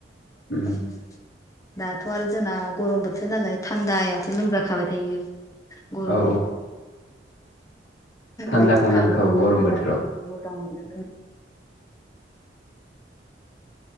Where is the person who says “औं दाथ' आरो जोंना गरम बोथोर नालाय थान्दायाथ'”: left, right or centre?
Left